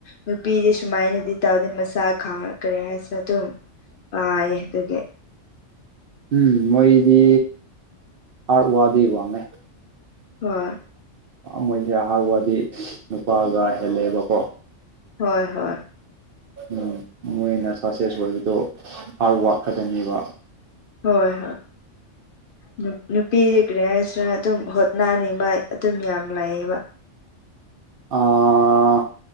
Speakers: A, on the left; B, on the right.
A: ꯅꯨꯄꯤꯗꯤ ꯁꯨꯃꯥꯏꯅꯗꯤ ꯇꯧꯗ‍ꯦ ꯃꯁꯥ ꯈꯥꯡ ꯀꯔꯤꯍꯥꯏꯁꯤꯔ ꯑꯗꯨꯝ ꯄꯥꯏꯌ‌ꯦ ꯑꯗꯨꯒꯤ
B: ꯎꯝ ꯃꯣꯏꯗꯤ ꯍꯥꯔꯠ ꯋꯥꯗꯤ ꯋꯥꯡꯉ‌ꯦ ꯫
A: ꯍꯣꯏ
B: ꯃꯣꯏꯁꯦ ꯍꯥꯔꯠ ꯋꯥꯗꯤ ꯅꯨꯄꯥꯒ ꯍꯦꯜꯂꯦꯕꯀꯣ
A: ꯍꯣꯏ ꯍꯣꯏ
B: ꯎꯝ ꯃꯣꯏꯅ ꯁꯛꯁꯦꯁ ꯑꯣꯏꯕꯗꯣ ꯍꯥꯔꯠ ꯋꯥꯥꯛ ꯈꯗꯅꯦꯕ
A: ꯍꯣꯏ ꯍꯣꯏ ꯅꯨ ꯅꯨꯄꯤꯗꯤ ꯀꯔꯤꯍꯥꯏꯁꯤꯔ ꯑꯗꯨꯝ ꯍꯣꯠꯅꯅꯤꯡꯕ ꯑꯗꯨꯝ ꯌꯥꯝ ꯂꯩꯌꯦꯕ ꯫
B: ꯑꯥ